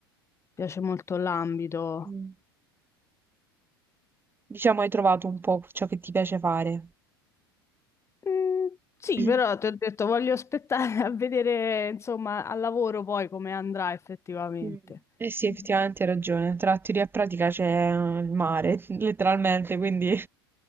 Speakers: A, on the left (about 20°); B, on the right (about 15°).
A: piace molto l'ambito.
B: Mm. Diciamo, hai trovato un po' ciò che ti piace fare.
A: Mm, Sì,
B: <clears throat>
A: però ti ho detto, voglio aspettare a vedere, insomma, al lavoro poi come andrà effettivamente.
B: Mm. Eh sì,
A: Mm.
B: effettivamente hai ragione. Tra teoria e pratica c'è eh, il mare, <laughs> letteralmente, quindi...